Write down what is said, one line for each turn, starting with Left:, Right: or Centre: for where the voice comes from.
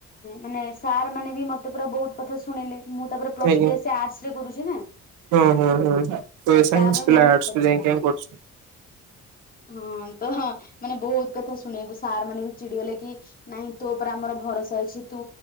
Left: ମାନେ ସାର୍ ମାନେ ବି ମତେ ପୁରା ବୋହୁତ୍ କଥା ଶୁଣେଇଲେ। ମୁଁ ତାପରେ ପ୍ଲସ୍
Right: ଆଜ୍ଞା
Left: ଥିୀ ଆସି ଆର୍ଟସ୍ ରେ କରୁଛି ନା
Right: ହଁ ହଁ ହଁ। ତ ସାଇନ୍ସ
Left: ତା ପାଇଁ
Right: ପିଲା
Left: ବହୁତ
Right: ଆର୍ଟସ୍
Left: କଥା
Right: କୁ ଯାଇଁ କରୁଛୁ?
Left: ହଁ ତ ମାନେ ବୋହୁତ୍ କଥା ଶୁଣିବାକୁ ସାର୍ ମାନେ ବି ଚିଡି ଗଲେ କି ନାଇଁ ତୋ ଉପରେ ଆମର ଭରସା ଅଛି। ତୁ